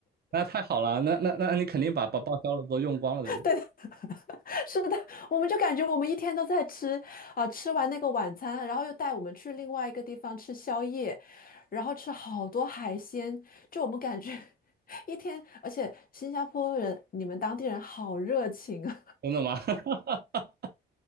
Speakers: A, on the right (about 50°); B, on the left (about 45°).
A: 那太好了，那那那你肯定把把报销的都用光了，对不对
B: <laughs> 对，是的，我们就感觉我们一天都在吃啊、吃完那个晚餐，然后又带我们去另外一个地方吃宵夜，然后吃好多海鲜，就我们感觉 <laughs> 一天，而且新加坡人你们当地人好热情啊。
A: 真的吗？<laughs>